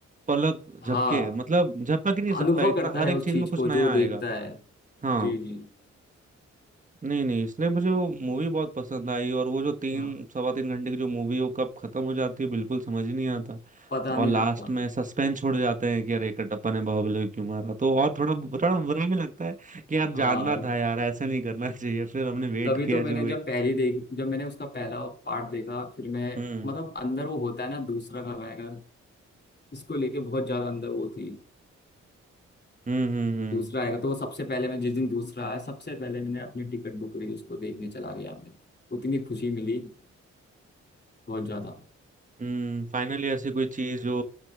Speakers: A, on the right; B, on the left.
A: पलक
B: हाँ
A: झपके मतलब झपक ही नहीं सकता
B: अनुभव
A: इतना
B: करता
A: हर
B: है
A: एक
B: उस
A: चीज
B: चीज
A: में कुछ
B: को
A: नया
B: जो देखता
A: आएगा
B: है
A: हाँ
B: जी जी
A: नहीं नहीं इसलिए मुझे वो मूवी बहुत पसंद आई और वो जो तीन
B: हाँ
A: सवा तीन घंटे की जो मूवी है वो कब खत्म हो जाती है बिल्कुल समझ ही नहीं आता
B: पता
A: और
B: नहीं
A: लास्ट
B: लगता
A: में सस्पेंस छोड़ जाते हैं कि अरे कटप्पा ने बाहुबली को क्यों मारा तो और थोड़ा बुरा बुरा भी लगता है कि यार जानना
B: हाँ
A: था यार ऐसा नहीं करना <laughs> चाहिए फिर हमने वेट
B: तभी
A: किया
B: तो मैंने
A: जो भी
B: जब पहली देख जब मैंने उसका पहला पार्ट देखा फिर मैं
A: हम्म
B: मतलब अंदर वो होता है ना दूसरा कब आएगा इसको लेके बहुत ज्यादा अंदर वो थी
A: हम्म हम्म हम्म
B: दूसरा आएगा तो वो सबसे पहले मैं जिस दिन दूसरा आया सबसे पहले मैंने अपनी टिकट बुक करी उसको देखने चला गया मैं उतनी खुशी मिली बहुत ज्यादा
A: हम्म, फाइनली ऐसी कोई चीज जो